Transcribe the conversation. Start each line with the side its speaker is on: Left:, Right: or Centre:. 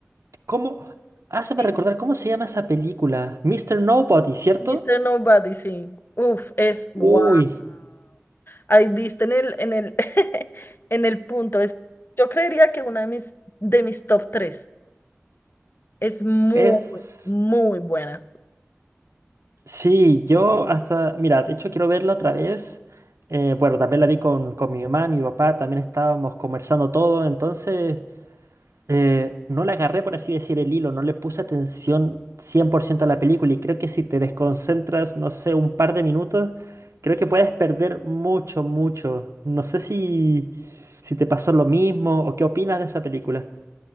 Right: ¿Cómo? Háceme
Left: Sí,
Right: recordar, ¿cómo se llama esa película? Mister Nobody, ¿cierto?
Left: Mr. Nobody, sí. Uf, es wow.
Right: Uy,
Left: Ahí diste en el, en el, <laughs> en el punto. Es, yo creería que una de mis, de mis top tres es muy,
Right: es...
Left: muy buena.
Right: Sí, yo hasta... Mira, de hecho quiero verla otra vez. Eh, bueno, también la vi con, con mi mamá, mi papá, también estábamos conversando todo, entonces... eh, no le agarré, por así decir, el hilo, no le puse atención 100% a la película y creo que si te desconcentras, no sé, un par de minutos, creo que puedes perder mucho, mucho. No sé si, si te pasó lo mismo o qué opinas de esa película.